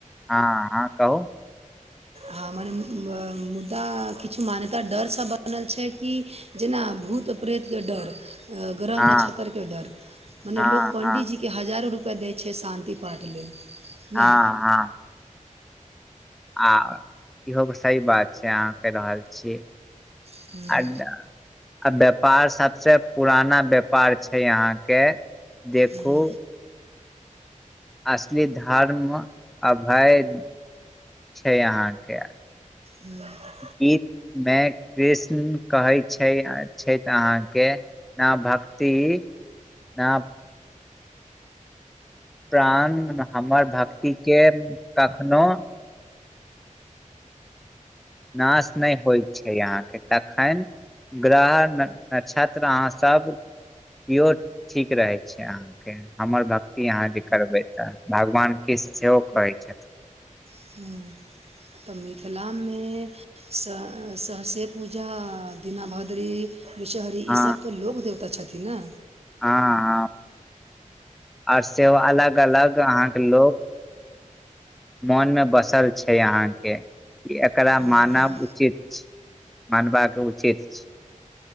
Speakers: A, in the centre; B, on the right.
A: हँ हँ कहू
B: हँ मने मुद्दा किछु मान्यता डरसँ बनल छै कि जेना भूत प्रेतके डर ग्रह
A: हँ
B: नक्षत्रके डर मने
A: हँ
B: लोक पण्डीजीके
A: हँ
B: की हजारो रुपैआ दै छै शान्ति पाठ लेल ने
A: हँ हँ आ इहो सही बात छै अहाँ कहि रहल छियै
B: हम्म,
A: अड्डा आ व्यापार सबसे पुराना व्यापार छै यहां के देखू
B: हम्म,
A: असली धर्म आ भय छै अहांके
B: हूं
A: गीत मे कृष्ण कहै छै छथि अहाँके न भक्ति न प्राण हमर भक्ति के कखनो नाश नहि होय छै अहाँके तखन ग्रह नक्षत्र अहाँ सब इहो ठीक रहै छै अहाँके हमर भक्त की अहाँ जे करबै तऽ भगवान कुष्ण सेहो कहै छथिन
B: हॅं तऽ मिथिलामे स सहसे पूजा दीना भद्री विषहरी
A: हँ
B: ईसभ तऽ लोक देवता छथिन न
A: हँ हॅं आओर से अलग अलग अहाके लोक मोन मे बसल छै अहाँ के एकरा
B: अ,
A: मानब उचित छै मानबाके उचित छै